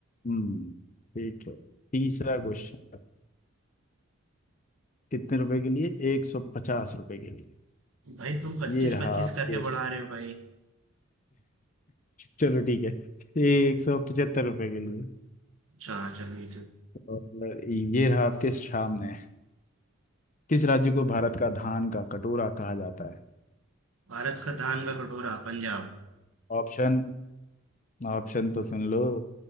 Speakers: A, on the left; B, on the right.
A: हम्म ठीक है तीसरा क्वेश्चन कितने रुपए के लिए एक सौ पचास रुपए के लिए
B: भाई तुम पच्चीस
A: ये रहा
B: पच्चीस
A: आपके
B: करके बढ़ा रहे हो भाई
A: चलो ठीक है एक सौ पचहत्तर रुपए के लिए
B: अच्छा हाँ चलो ये तो
A: और ये रहा आपके सामने किस राज्य को भारत का धान का कटोरा कहा जाता है
B: भारत का धान का कटोरा पंजाब
A: ऑप्शन ऑप्शन तो सुन लो